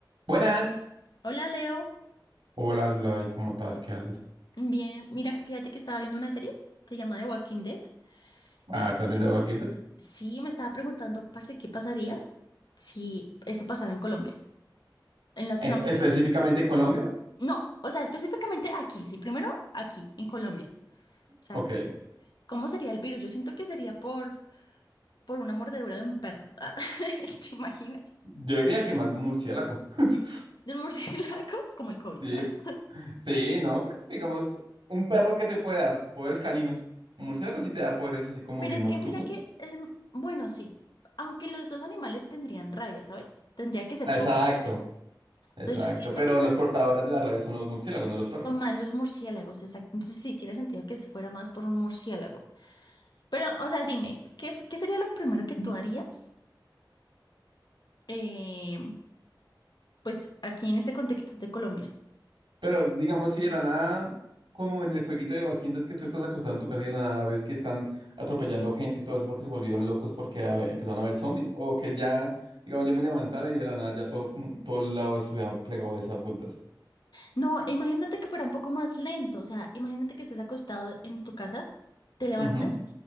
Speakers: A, on the right; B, on the left.
A: Buenas.
B: Hola Leo,
A: Hola, Zulay, ¿cómo estás? ¿Qué haces?
B: bien, mira, fíjate que estaba viendo una serie, se llama The Walking Dead,
A: Ah,
B: y,
A: ¿estás
B: y
A: viendo aquí? en Twitter?
B: sí me estaba preguntando, parce, ¿qué pasaría si esto pasara en Colombia, en Latinoamérica?
A: Eh, específicamente Colombia.
B: No, o sea, específicamente aquí, sí, primero aquí, en Colombia. O sea,
A: Ok,
B: ¿cómo sería el virus? Yo siento que sería por, por una mordedura de un perro, <laughs> ¿te imaginas?
A: yo diría que más de un murciélago. <laughs>
B: De un murciélago, <laughs> como el COVID.
A: Sí,
B: ah.
A: p- sí, no, porque digamos, un perro que te puede dar poderes caninos. Un murciélago sí te da poderes así como
B: Pero
A: bien
B: es
A: nocturno.
B: que mira que, el, bueno, sí, aunque los dos animales tendrían rabia, ¿sabes? Tendría que ser
A: Exacto,
B: por rabia.
A: exacto.
B: Entonces yo siento
A: Pero
B: que
A: los
B: más
A: portadores de la rabia son los murciélagos, no los perros.
B: son más los murciélagos, exacto. Entonces sí tiene sentido que se fuera más por un murciélago. Pero, o sea, dime, ¿qué, qué sería lo primero que tú harías? eh, pues aquí en este contexto de Colombia.
A: Pero digamos, si de la nada, como en el jueguito de Walking Dead que tú estás acostado en tu casa y de la nada ves que están atropellando gente y todo eso porque se volvieron locos porque a- empezaron a ver zombies, o que ya, digamos, yo me levantara y de la nada ya todo, fu- todo el lado estuviera plegado de esas vueltas.
B: No, imagínate que fuera un poco más lento. O sea, imagínate que estés acostado en tu casa, te levantas
A: Ujú,